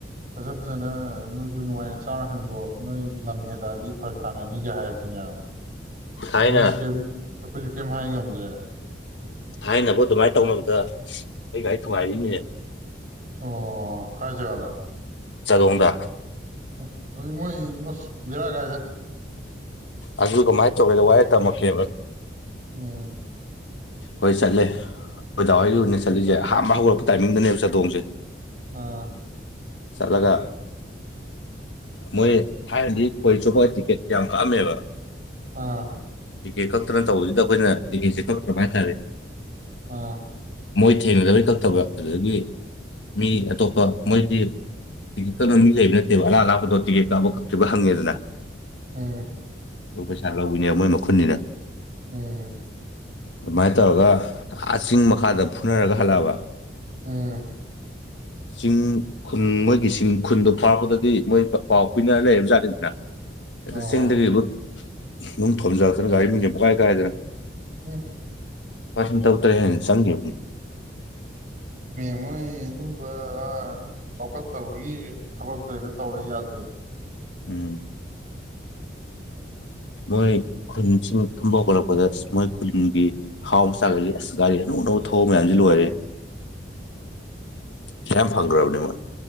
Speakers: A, on the right; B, on the left.
A: ꯐꯖ ꯐꯖꯅ ꯅꯣꯏꯒꯤ ꯅꯨꯡꯉꯥꯏꯅ ꯆꯥꯔꯍꯟꯈꯣ ꯅꯣꯏ ꯂꯝ ꯍꯦꯜꯂꯛꯑꯗꯤ ꯐꯔꯛ ꯇꯥꯅꯅꯤꯒ ꯍꯥꯏꯔ ꯄꯖꯎ
B: ꯊꯥꯏꯅ
A: ꯍꯧ ꯆꯨꯀꯦ ꯑꯩꯈꯣꯏꯁꯨ ꯀꯩꯝ ꯍꯥꯏ ꯉꯝꯗꯦ
B: ꯊꯥꯏꯅꯕ ꯑꯗꯨꯃꯥꯏꯅ ꯇꯧꯅꯕꯗ ꯑꯩꯒꯥꯏ ꯊꯨꯒꯥꯏꯔꯤꯅꯤꯅꯦ
A: ꯑꯣ ꯀꯥꯏꯆꯔꯗ
B: ꯆꯗꯗ
A: ꯎꯝ ꯑꯗꯨ ꯃꯣꯏ ꯌꯁ ꯕꯤꯔꯥ ꯀꯥꯏꯗꯦ
B: ꯑꯗꯨ ꯀꯃꯥꯏꯅ ꯇꯧꯒꯦꯗ ꯋꯥꯏ ꯇꯝꯃꯛꯀꯦꯕ
A: ꯎꯝ
B: ꯍꯣꯏ ꯆꯠꯂꯦ ꯣꯏꯗꯥꯋꯥꯏꯔ ꯑꯣꯏꯅ ꯆꯠꯂꯤꯁꯦ ꯑꯍꯥꯟꯕ ꯍꯧꯒꯔꯛꯄ ꯇꯥꯏꯃꯤꯡꯗꯅꯦꯕ ꯆꯥꯗꯣꯡꯁꯦ
A: ꯑꯥ
B: ꯆꯠꯂꯒ ꯃꯣꯏ ꯊꯥꯏꯅꯗꯤ ꯈꯣꯏ ꯆꯨꯞꯄ ꯇꯤꯛꯀꯦꯠ ꯌꯥꯝ ꯀꯛꯑꯝꯃꯦꯕ
A: ꯑꯥ
B: ꯇꯤꯛꯀꯦꯠ ꯈꯛꯇꯅ ꯇꯧꯕꯁꯤꯗ ꯑꯩꯈꯣꯏꯅ ꯇꯤꯛꯀꯦꯠꯁꯦ ꯀꯛꯇꯕ ꯍꯥꯏꯇꯥꯔꯦ
A: ꯑꯥ
B: ꯃꯣꯏ ꯊꯦꯡꯅꯗꯕꯩ ꯀꯛꯇꯕ ꯑꯗꯨꯗꯒꯤ ꯃꯤ ꯑꯇꯣꯞꯄ ꯃꯣꯏꯗꯤ ꯀꯛꯅꯕ ꯃꯤ ꯂꯩꯕ ꯅꯠꯇꯦꯕ ꯑꯔꯥꯞ ꯑꯔꯥꯞꯄꯗ ꯣꯇꯤꯒꯤ ꯀꯥꯕ ꯀꯛꯇ꯭ꯔꯤꯕ ꯍꯪꯉꯤꯗꯅ
A: ꯎꯝ
B: ꯂꯣꯏ ꯄꯩꯁꯥ ꯂꯧꯕꯤꯅꯦ ꯃꯣꯏ ꯃꯈꯨꯟꯅꯤꯅ
A: ꯎꯝ
B: ꯑꯗꯨꯃꯥꯏꯅ ꯇꯧꯔꯒ ꯑꯥ ꯆꯤꯡ ꯃꯈꯥꯗ ꯐꯨꯅꯔꯒ ꯍꯜꯂꯛꯑꯕ
A: ꯎꯝ
B: ꯆꯤꯡ ꯈꯨꯟ ꯃꯣꯏꯒꯤ ꯆꯤꯡ ꯈꯨꯟꯗꯣ ꯐꯥꯕꯗꯒꯤ ꯃꯣꯏ ꯄꯥꯎ ꯄꯤꯅ ꯂꯩꯔꯕ ꯖꯥꯠꯅꯤꯗꯅ ꯑꯩ
A: ꯑꯣ
B: ꯁꯤꯁꯤꯡꯗꯒꯕꯨ ꯑꯗꯨꯝ ꯊꯣꯣꯟꯖ ꯒꯥꯔꯤ ꯌꯦꯦꯄ ꯀꯥꯏ ꯀꯥꯏꯗꯔ
A: ꯎꯝ
B: ꯄꯥꯁꯟ ꯇ ꯎꯔ ꯍ ꯁꯥꯡꯒꯦ
A: ꯅꯣꯏ ꯑꯗꯨꯝꯕ ꯆꯥꯎꯈꯠꯇꯕꯒꯤ ꯊꯕꯛꯇꯗ ꯇꯧꯔ ꯌꯥꯗꯦꯕ
B: ꯎꯝ ꯃꯣꯏ ꯈꯨꯟꯁꯤꯡ ꯊꯨꯝꯕ ꯍꯧꯒꯠꯂꯛꯄꯗ ꯑꯁ ꯃꯣꯏ ꯈꯨꯟꯒꯤ ꯍꯥꯎ ꯃꯆꯥꯒ ꯑꯁ ꯒꯥꯔꯤ ꯑꯅꯧ ꯑꯅꯧꯕ ꯊꯑꯣꯧꯕ ꯃꯌꯥꯝꯁꯤ ꯂꯣꯏꯔꯦ ꯄꯩꯁꯥ ꯌꯥꯝ ꯐꯪꯈ꯭ꯔꯕꯅꯦ ꯃꯣꯏ